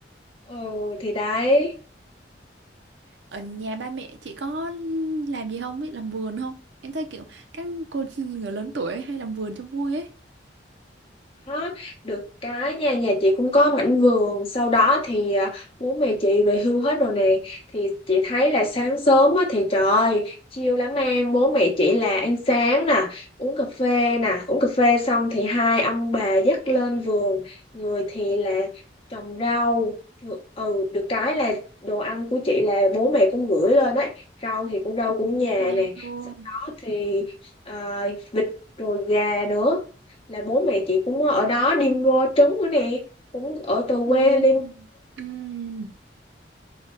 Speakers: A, on the left; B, on the right.
A: ừ thì đấy
B: ở nhà ba mẹ chị có làm gì không biết làm vườn không em thấy kiểu các cô <laughs> người lớn tuổi hay làm vườn cho vui ấy
A: Đó, được cái nha nhà chị cũng có mảnh vườn sau đó thì à, bố mẹ chị về hưu hết rồi nè thì chị thấy là sáng sớm á, thì trời ơi chill lắm em bố mẹ chị là ăn sáng nè uống cà phê nè uống cà phê xong thì hai ông bà dắt lên vườn người thì là trồng rau ừ được cái là đồ ăn của chị là bố mẹ cũng gửi lên ấy rau thì cũng rau
B: Ừ,
A: cũng nhà
B: y chang
A: nè
B: luôn
A: sau đó thì à, vịt rồi gà nữa là bố mẹ chị cũng ở đó đi mua trấn nữa nè cũng ở từ
B: ừ
A: quê đi
B: ừ